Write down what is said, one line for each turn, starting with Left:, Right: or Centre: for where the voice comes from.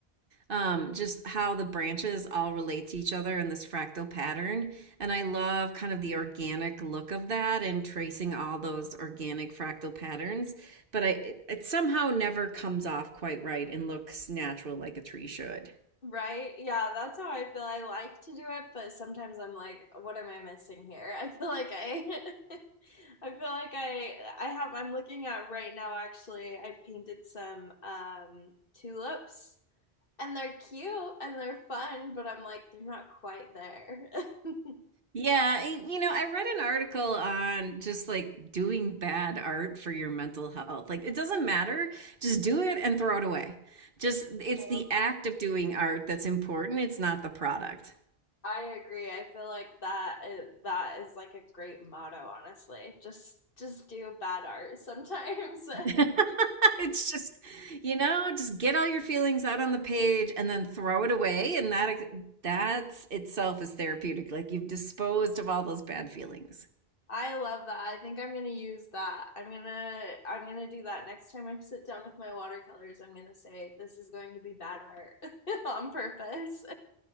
Right: um, just how the branches all relate to each other in this fractal pattern. And I love kind of the organic look of that and tracing all those organic fractal patterns. But I, it, it somehow never comes off quite right and looks natural like a tree should.
Left: Right? Yeah, that's how I feel. I like to do it, but sometimes I'm like, what am I missing here? <laughs> I feel like I <laughs> I feel like I I have I'm looking at right now actually, I painted some um tulips. and they're cute and they're fun, but I'm like, they're not quite there. <laughs> I love
Right: Yeah, and, you know, I read an article on just like doing bad art for your mental health. Like it doesn't matter, just do it and throw it away. Just it's the
Left: that.
Right: act of doing art that's important, it's not the product.
Left: I agree. I feel like that is, that is like a great motto, honestly. Just just do bad art sometimes.
Right: <laughs>
Left: <laughs>
Right: It's just, you know, just get all your feelings out on the page and then throw it away. And that that's itself is therapeutic. Like you've disposed of all those bad feelings.
Left: I love that. I think I'm gonna use that. I'm gonna I'm gonna do that next time I sit down with my watercolors. I'm gonna say this is going to be bad art <laughs> on purpose.